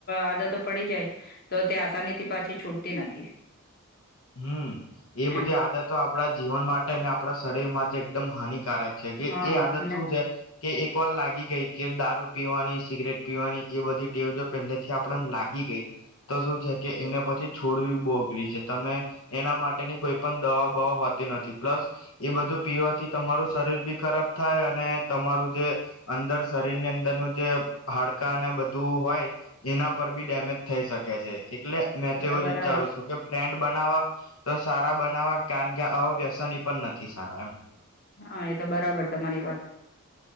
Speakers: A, on the left; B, on the left.
A: આદતો પડી જાય તો તે આસાનીથી પાછી છૂટતી નથી.
B: હમ્મ, એ બધી
A: એમ
B: આદતો આપણા જીવન માટે અને આપણા શરીર માટે એકદમ હાનિક છે કે
A: હા
B: એ આદત
A: ને
B: શું છે, કે એક કો લાગી ગઈ કે દારૂ પીવાની સિગરેટ પીવાની એ બધી ટેવ જો પહેલેથી આપડ લાગી ગઈ તો શું છે, કે એને પછી છોડવી બોગરી છે. તમે એના માટેની કોઈ પણ દવા બવા હોતી નથી, પ્લસ એ બધું પીવાથી તમારું શરીર બી ખરાબ થાય અને તમારું જે અંદર શરીરની અંદરનું જે હાડકા અનેને બધું હોય એના પર બી ડેમેજ થઈ શકે છે એટલે મેં
A: એ
B: તો એવું
A: બરાબર
B: જ વિચારું
A: છે
B: છું કે ફ્રેન્ડ બનાવા તો સારા બનાવા કારણ કે આ વ્યસની પણ નથી સારા એમ
A: હા એ તો બરાબર તમારી વાત